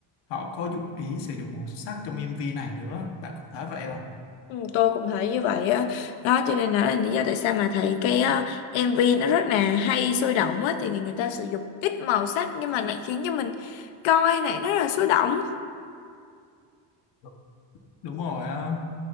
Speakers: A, on the left (about 65°); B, on the left (about 80°).
A: họ có dụng ý sử dụng màu sắc trong MV này nữa bạn có thấy vậy không
B: Ừ, tôi cũng thấy như vậy á đó cho nên là lý do tại sao mà thấy cái á, MV nó rất là hay sôi động á thì người ta sử dụng ít màu sắc nhưng mà lại khiến cho mình coi này nó rất là sôi động
A: Ừ. đúng rồi á